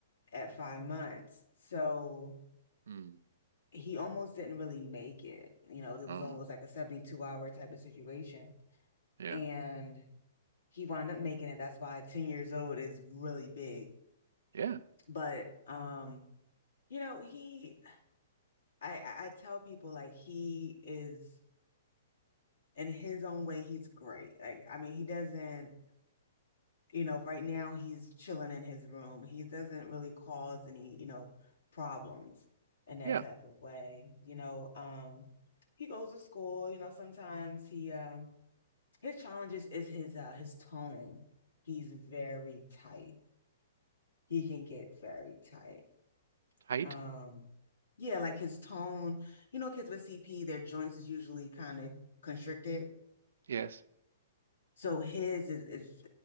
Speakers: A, on the left (about 75°); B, on the right (about 65°).
A: at five months. So
B: Mm.
A: he almost didn't really make it. You know, it
B: Oh,
A: was almost like a 72 hour type of situation.
B: yeah.
A: And he wound up making it. That's why 10 years old is really big.
B: Yeah.
A: But um, you know, he I I I tell people like he is in his own way, he's great. Like, I mean, he doesn't you know, right now he's chilling in his room. He doesn't really cause any, you know, problems in that
B: Yeah.
A: type of way. You know, um, he goes to school, you know, sometimes he um his challenges is his uh his tone. He's very tight. He can get very tight.
B: Tight?
A: Um Yeah, like his tone, you know, kids with CP, their joints is usually kind of constricted.
B: Yes.
A: So his is, is